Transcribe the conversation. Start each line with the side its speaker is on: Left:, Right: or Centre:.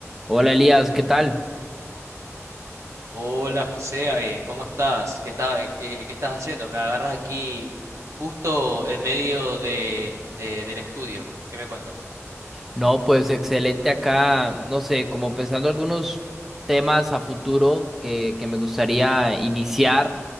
Centre: Hola Elías, ¿qué tal?
Right: Hola José, eh, ¿cómo estás? ¿Qué está- qué, qué estás haciendo? Me agarras aquí justo en medio de, de- del estudio. ¿Qué me cuentas?
Centre: No, pues excelente acá, no sé, como pensando algunos temas a futuro que, que me gustaría iniciar